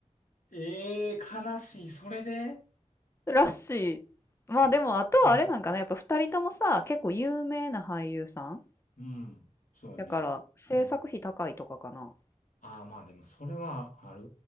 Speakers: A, on the left; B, on the left.
A: ええー、悲しい。それで
B: <laughs> らしい。まあでも、
A: あそうなんや
B: あとはあれなんかな、やっぱ二人ともさ、結構有名な俳優さん
A: うん。そうやね。
B: だから制作費高いとかかな。
A: うん。ああ、まあでもそれはある